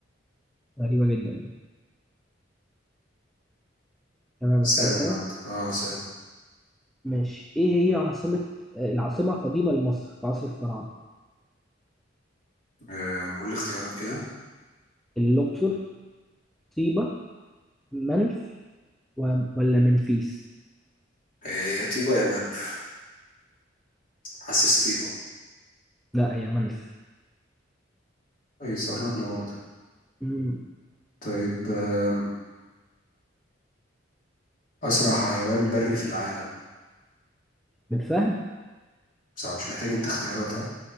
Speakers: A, in the centre; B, on the left.
A: غريبة جدا دي تمام
B: سألني
A: اسألك انا
B: بقى انت اه سأل
A: ماشي ايه هي عاصمة آه، العاصمة القديمة لمصر في عصر الفراعنة
B: آه، قول لي اختيارات كده
A: الاقصر طيبة منف و- ولا منفيس
B: هي يا طيبة يا منف حاسس طيبة
A: لا هي منف
B: اي قربنا برضه
A: مم.
B: طيب آم، اسرع حيوان بري في العالم
A: بالفهم
B: صعب مش محتاج انت اختيارات ها